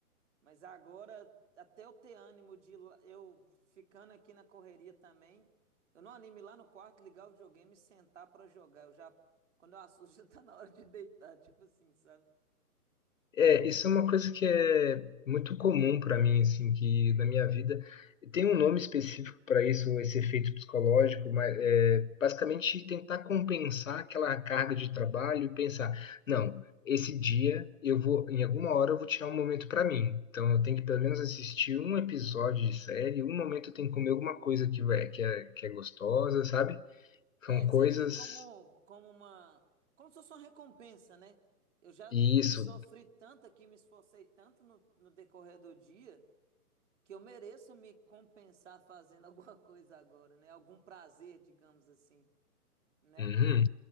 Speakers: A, on the right; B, on the left.
A: Mas agora, até eu ter ânimo de ir lá- eu ficando aqui na correria também, eu não animo ir lá no quarto, ligar o videogame e sentar pra jogar. Eu já, quando eu assusto, <laughs> já tá na hora de deitar, tipo assim, sabe?
B: É, isso é uma coisa que é muito comum para mim, assim, que na minha vida. Tem um nome específico para isso, esse efeito psicológico, mas é, basicamente tentar compensar aquela carga de trabalho e pensar, não, esse dia eu vou, em alguma hora eu vou tirar um momento para mim. Então eu tenho que pelo menos assistir um episódio de série, um momento eu tenho que comer alguma coisa que, vai, que, é, que é gostosa, sabe?
A: É,
B: São
A: você
B: coisas.
A: vê como, como uma, como se fosse uma recompensa, né? Eu já
B: E isso.
A: sofri tanto aqui, me esforcei tanto no, no decorrer do dia que eu mereço me compensar fazendo <laughs> alguma coisa agora, né? Algum prazer, digamos assim, né?
B: Uhum.